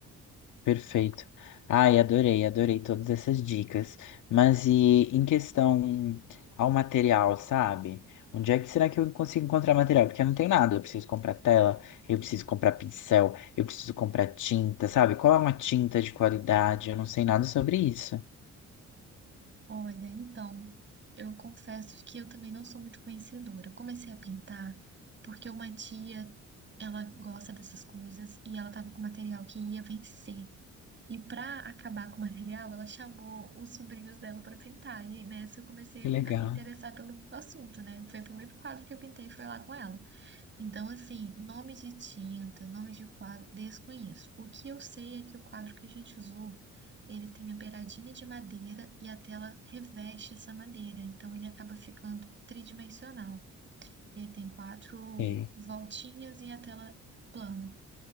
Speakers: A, on the left (about 80°); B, on the right (about 40°).
A: Perfeito. Ai, adorei, adorei todas essas dicas. Mas e em questão ao material, sabe? Onde é que será que eu consigo encontrar material? Porque eu não tenho nada. Eu preciso comprar tela, eu preciso comprar pincel, eu preciso comprar tinta, sabe? Qual é uma tinta de qualidade? Eu não sei nada sobre isso.
B: Olha, então, eu confesso que eu também não sou muito conhecedora. Eu comecei a pintar porque uma tia, ela gosta dessas coisas e ela tava com material que ia vencer. E pra acabar com o material, ela chamou os sobrinhos dela pra pintar. E nessa eu comecei
A: Que legal.
B: a me interessar pelo assunto, né? Foi o primeiro quadro que eu pintei, foi lá com ela. Então, assim, nome de tinta, nome de quadro, desconheço. O que eu sei é que o quadro que a gente usou, ele tem a beiradinha de madeira e a tela reveste essa madeira. Então, ele acaba ficando tridimensional. Ele tem quatro
A: Ok.
B: voltinhas e a tela plana.